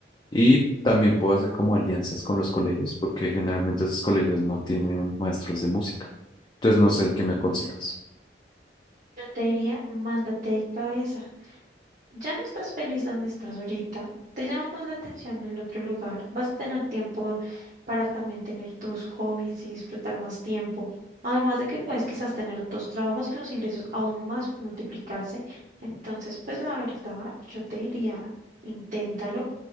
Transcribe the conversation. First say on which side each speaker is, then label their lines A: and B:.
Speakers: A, on the left; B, on the right.
A: Y también puedo hacer como alianzas con los colegios, porque generalmente esos colegios no tienen maestros de música. Entonces no sé qué me aconsejas.
B: Yo te diría, mándate de cabeza. Ya no estás feliz donde estás ahorita, te llama más la atención el otro lugar, vas a tener tiempo para también tener tus hobbies y disfrutar más tiempo. Además de que puedes quizás tener dos trabajos y los ingresos aún más multiplicarse. Entonces, pues la verdad, yo te diría, inténtalo.